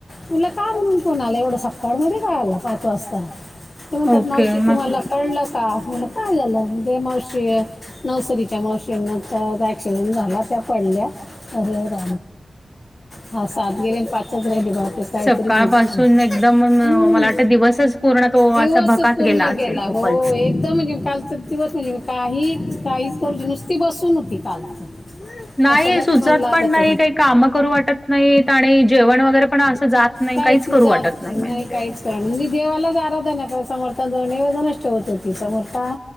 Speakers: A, on the left (about 40°); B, on the left (about 20°).
A: म्हलं काय म्हणून कोण आला एवढं सकाळमध्ये काय आला पाच वाजता तेवंत
B: ओके
A: नाव शिकू
B: मग
A: मला कळलं का म्ह काय झालं म्हणजे मावशी नवसरीच्या मावशीन तर केवण झाला त्या पडल्या अरे रा हा सात गेले पाच राहिली बा ते काहीतरी
B: सकाळपासून
A: मला हम्
B: एकदम मला वाटतं दिवसच पूर्ण तो
A: देवसच
B: असा भकास
A: पु न गेला
B: असेल खूपच.
A: हो एकदम कालच दिवत म्ह काही काहीच करज नुसती बसू न हो्हती चालत
B: नाही
A: अशालाच
B: सुचत
A: मन लागत
B: पण काही कामं करू वाटत नाही जेवण वगैरे पण असं जात नाही,
A: काहीच
B: करू
A: जात
B: वाटत
A: नाही
B: म्हणजे
A: नाही काहीच त्यांी देवालाच आराधना कर समर्थ दोन एजच ठे होत होती समोथ